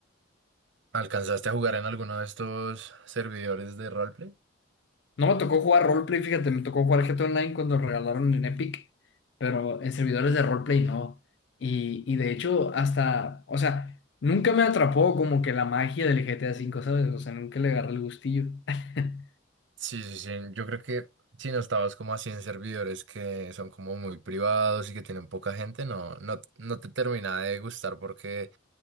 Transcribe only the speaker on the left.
No me tocó jugar roleplay, fíjate, me tocó jugar GTA Online cuando lo regalaron en Epic, pero en servidores de roleplay no. Y, y de hecho hasta, o sea, nunca me atrapó como que la magia del GTA cinco ¿sabes? O sea, nunca le agarré el gustillo. <laughs>